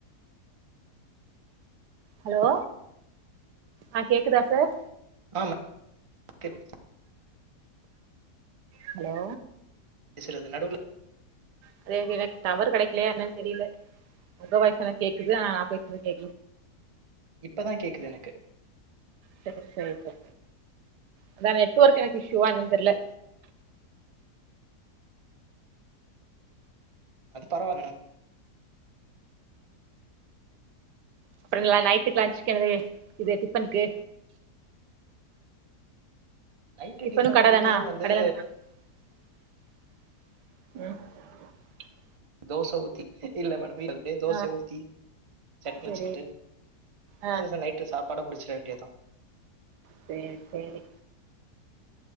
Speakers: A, on the right (about 80°); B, on the right (about 25°).
A: ஹலோ ஆஹ் கேக்குதா சார்
B: ஆ மேம் கெக்குது
A: ஹலோ
B: பேசுறது நடுவுல
A: அத எனக்கு டவர் கிடைக்கலயா என்னான்னு தெரியல உங்க வாய்ஸ்லா கேட்கு நா போய்ட்டு இருக்கே
B: இப்பதான் கேக்குது எனக்கு
A: சேரி சேரி பா அதான் நெட்வொர்க் இசுவா என்னானு தெரியல
B: அது பரவால மேடம்
A: அப்புற நைட்டுக்கு லஞ்சுக்கு என்னாது இது டிபனுக்கு
B: நைட்டு
A: டிஃபனு
B: டிஃபன்
A: கட
B: வீட்டலயே
A: தானா
B: வந்து
A: கடைல தானா <inaudible>
B: தோசை ஊத்தி தெரியல மேடம் எப்டியோ தோசையை
A: ஆ
B: ஊத்தி சட்னி
A: சரி
B: வச்சுக்கிட்டு
A: ஆ
B: அது நைட்டு சாப்ப படம் முடிச்சிட வேண்டியதான்
A: சேர் சேரி